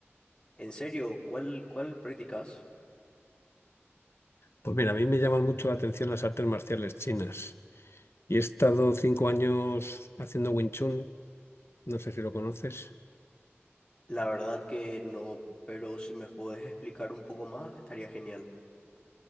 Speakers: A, on the left (about 20°); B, on the left (about 60°).
A: En serio, ¿cuál, cuál practicas?
B: Pues mira, a mí me llaman mucho la atención las artes marciales chinas y he estado cinco años haciendo Wing Chun, no sé si lo conoces.
A: La verdad que no, pero si me puedes explicar un poco más, estaría genial.